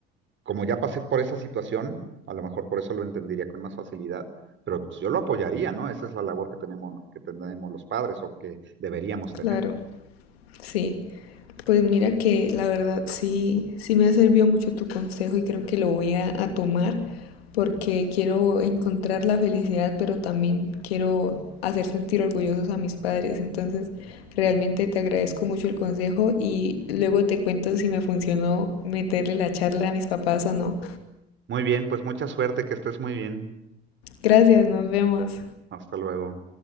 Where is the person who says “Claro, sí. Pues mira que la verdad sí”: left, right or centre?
Left